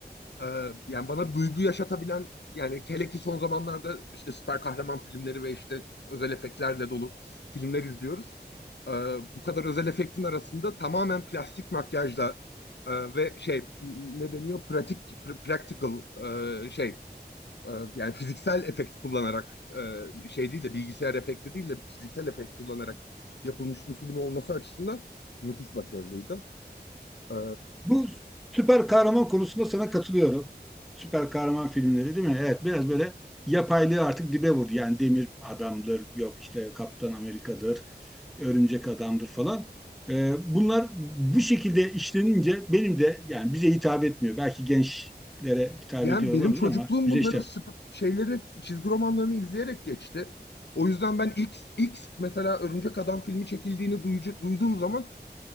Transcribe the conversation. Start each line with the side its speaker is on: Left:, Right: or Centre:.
Left: Ee, yani bana bir duygu yaşatabilen yani hele ki son zamanlarda işte süper kahraman filmleri ve işte özel efektlerle dolu filmler izliyoruz. Ee, bu kadar özel efektin arasında tamamen plastik makyajla e, ve şey ne deniyor? Pratik, pr- practical e, şey e, yani fiziksel efekt kullanarak e, şey değil de bilgisayar efekti değil de fiziksel efekt kullanarak yapılmış bir film olması açısından müthiş başarılıydı. Ee,
Centre: Bu süper kahraman konusunda sana katılıyorum. Süper kahraman filmleri değil mi? Evet biraz böyle yapaylığı artık dibe vurdu. Yani Demir Adam'dır, yok işte Kaptan Amerika'dır, Örümcek Adam'dır falan. Ee, bunlar bu şekilde işlenince benim de yani bize hitap etmiyor. Belki gençlere hitap
Left: Yani
Centre: ediyor
Left: benim
Centre: olabilir
Left: çocukluğum
Centre: ama bize
Left: bunların
Centre: işte.
Left: süp- şeyleri, çizgi romanlarını izleyerek geçti. O yüzden ben ilk, ilk mesela Örümcek Adam filmi çekildiğini duyucu, duyduğum zaman